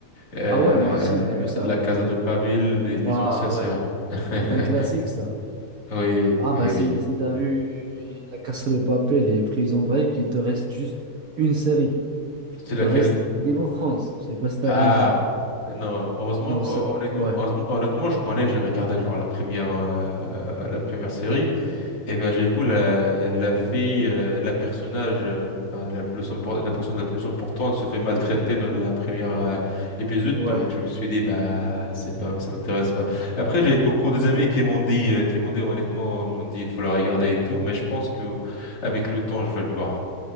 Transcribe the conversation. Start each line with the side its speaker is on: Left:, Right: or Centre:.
Left: euh,
Right: Ah ouais, moi aussi, j'ai vu ça.
Left: La Casa de Papel des, des
Right: Ah
Left: anciens séries.
Right: ouais, c'est
Left: <laughs>
Right: un classique ça.
Left: Oui,
Right: Ah bah
Left: oui,
Right: si,
Left: oui.
Right: si t'as vu La Casa de Papel et Prison Break, il te reste juste une série. Il
Left: C'est laquelle?
Right: te reste Game of Thrones. Je sais pas si t'as
Left: Ah,
Right: vu ou pas.
Left: non, heureusement,
Right: Non,
Left: hon-
Right: ça,
Left: honnêtement,
Right: ouais,
Left: heureusement- honnêtement, je connais, j'ai regardé genre la première, euh, la première série, Eh ben, j'avoue, la, la fille, euh, la personnage, euh, enfin, la plus impor- la personne la plus importante se fait maltraiter dans la première euh, épisode,
Right: ouais.
Left: donc je me suis dit, bah, c'est pas, ça m'intéresse pas. Après, j'ai beaucoup des amis qui m'ont dit, euh, qui m'ont dit, honnêtement, m'ont dit, il faut la regarder et tout, mais je pense que, avec le temps, je vais le voir.